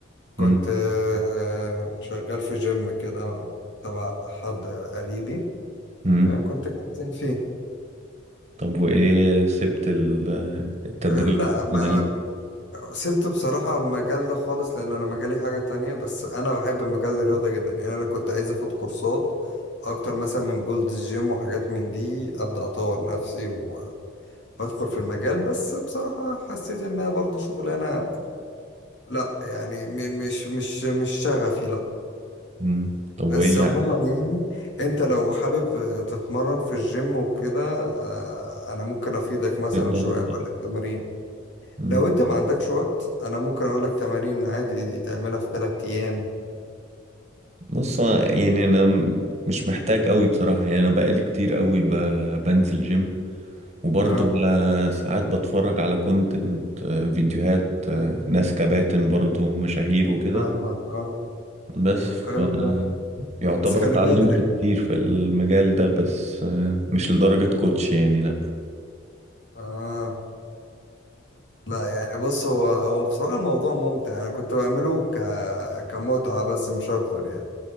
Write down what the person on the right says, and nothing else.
مم.
مم.
طب وإيه سبت ال- التدريب
كده ليه؟
مم. طب وإيه
يعني
تقدر
مم.
بص هو يعني أنا م- مش محتاج أوي بصراحة يعني أنا بقالي كتير أوي ب... بنزل جيم وبرضه
ب... ساعات بتفرج على كونتنت فيديوهات آه، ناس كباتن برضه مشاهير وكده
بس
ف...
يعتبر
اتعلمت
كتير في المجال ده بس آه، مش لدرجة كوتش يعني لأ